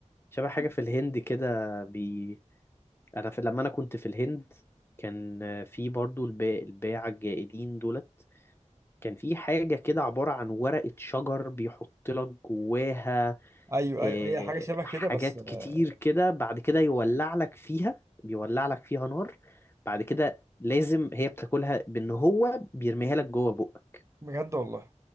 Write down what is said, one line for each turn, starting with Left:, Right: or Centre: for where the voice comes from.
Left: شبه حاجة في الهند كده بي انا في لما انا كنت في الهند كان في برضو الباع الباعة الجائلين دولت كان في حاجة كده عبارة عن ورقة شجر بيحط لك جواها
Right: ايوه
Left: آه،
Right: ايوه هي حاجة شبه كده
Left: حاجات
Right: بس آه،
Left: كتير كده بعد كده يولع لك فيها بيولع لك فيها نار بعد كده لازم هي بتاكلها بان هو بيرميها لك جوه بقك
Right: بجد والله